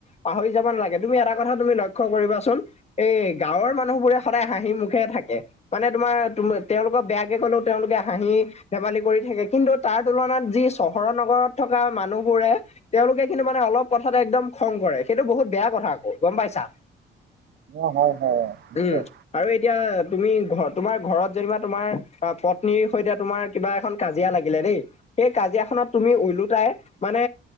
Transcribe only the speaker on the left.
পাহৰি যাব নালাগে, তুমি এটা কথা তুমি লক্ষ্য কৰিবাচোন এই গাঁৱৰ মানুহবোৰে সদায় হাঁহি মুখে থাকে। মানে তোমাৰ, তোম তেওঁলোকক বেয়াকে কলেও তেওঁলোকে হাঁহি ধেমালি কৰি থাকে, কিন্তু তাৰ তুলনাত যি চহৰৰ নগৰত থকা মানুহবোৰে তেওঁলোকে কিন্তু মানে অলপ কথাতে একদম খং কৰে, সেইটো বহুত বেয়া কথা আকৌ, গম পাইছা?
উম, আৰু এতিয়া তুমি ঘৰ, তোমাৰ ঘৰত যেনিবা তোমাৰ পত্নীৰ সৈতে তোমাৰ কিবা এখন কাজিয়া লাগিলে দেই সেই কাজিয়াখনত তুমি ওলোটাই মানে